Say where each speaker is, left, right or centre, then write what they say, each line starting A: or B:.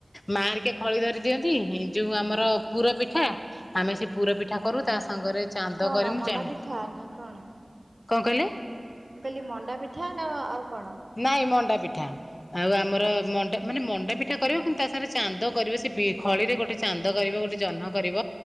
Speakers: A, on the left; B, on the right.
A: ମା ହେରିକା ଖଳି ଧରି ଦିଅନ୍ତି ଯୋଉ ଆମର ପୁର ପିଠା ତା ଆମେ ସେ ପୁର ପିଠା କରୁ ତା ସାଙ୍ଗରେ
B: କଣ
A: କରିମୁ
B: ମଣ୍ଡା
A: ଜହ୍ନ
B: ପିଠା ନା କଣ?
A: କଣ କହିଲେ?
B: ମୁଁ କାହିଁକି ମଣ୍ଡା ପିଠା ନା ଆଉ କଣ?
A: ନାଇଁ ମଣ୍ଡା ପିଠା। ଆଉ ଆମର
B: ଆଚ୍ଛା
A: ମଣ୍ଡା ମାନେ ମଣ୍ଡା ପି ଏଇଟା କରିବ କିନ୍ତୁ ତା ସାଙ୍ଗରେ ଚାନ୍ଦ କରିବେ ସେ ଖଳିରେ ଗୋଟେ ଚାନ୍ଦ କରିବ ଗୋଟେ ଜହ୍ନ କରିବ।